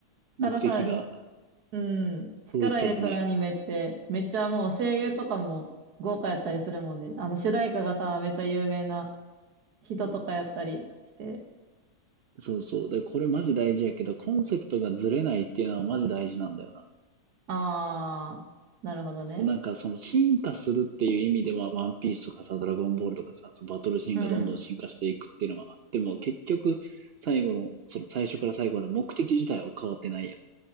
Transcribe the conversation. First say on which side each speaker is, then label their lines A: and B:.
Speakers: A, on the right; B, on the right.
A: 目的が
B: からさ、うん、力入れとるアニメって、
A: 統一されてない。
B: めっちゃもう声優とかも豪華やったりするもんね。あの、主題歌がさ、めっちゃ有名な人とかやったりして。
A: そうそう。で、これマジ大事やけど、コンセプトがずれないっていうのはマジ大事なんだよな。
B: ああ、なるほどね。
A: なんかその進化するっていう意味では、ワンピースとかさ、ドラゴンボールとかさ、そのバトルシーンがどんどん進化していくっていうのはあっても、
B: うん、
A: 結局、最後の、その最初から最後まで目的自体は変わってないやん。